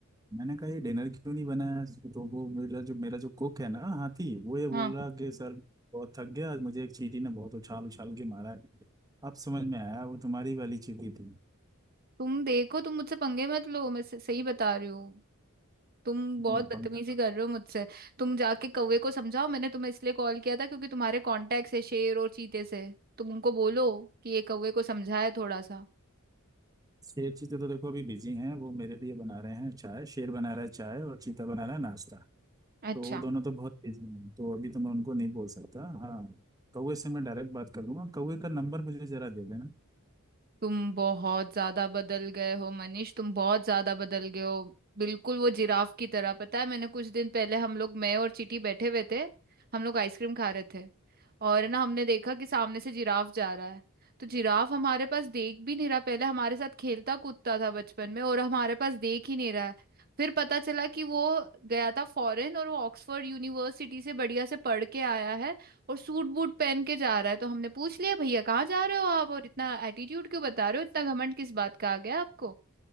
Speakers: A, on the right (about 15°); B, on the right (about 45°).
A: मैंने कहा ये डिनर क्यों नहीं बनाया तो वो मेरा जो मेरा जो कुक है ना हाथी वो ये बोल
B: हाँ
A: रहा कि सर बहुत थक गया आज मुझे एक चींटी ने बहुत उछाल उछाल के मारा है अब समझ में आया वो तुम्हारी वाली चींटी थी
B: तुम देखो तुम मुझसे पंगे मत लो मैं स- सही बता रही हूँ तुम बहुत
A: नहीं
B: बदतमीजी
A: पंखा था
B: कर रहे हो मुझसे तुम जाके कौवे को समझाओ मैंने तुम्हें इसलिए कॉल किया था क्योंकि तुम्हारे कॉन्टेक्ट है शेर और चीते से तुम उनको बोलो कि ये कौवे को समझाए थोड़ा सा
A: शेर चीते तो देखो अभी बिजी हैं वो मेरे लिए बना रहे हैं चाय शेर बना रहा है चाय और चीता बना रहा है नाश्ता
B: अच्छा
A: तो वो दोनों तो बहुत बिजी हैं तो अभी तो मैं उनको नहीं बोल सकता हाँ कौवे से मैं डायरेक्ट बात कर लूंगा कौवे का नंबर मुझे जरा दे देना
B: तुम बहुत ज्यादा बदल गए हो मनीष तुम बहुत ज्यादा बदल गए हो बिल्कुल वो जिराफ की तरह पता है मैंने कुछ दिन पहले हम लोग मैं और चीटी बैठे हुए थे हम लोग आइसक्रीम खा रहे थे और ना हमने देखा कि सामने से जिराफ जा रहा है तो जिराफ हमारे पास देख भी नहीं रहा पहले हमारे साथ खेलता कूदता था बचपन में और हमारे पास देख ही नहीं रहा है फिर पता चला कि वो गया था फॉरेन और वो ऑक्सफोर्ड यूनिवर्सिटी से बढ़िया से पढ़ के आया है और सूट बूट पहन के जा रहा है तो हमने पूछ लिया भैया कहाँ जा रहे हो आप और इतना एटीट्यूड क्यों बता रहे हो इतना घमंड किस बात का आ गया आपको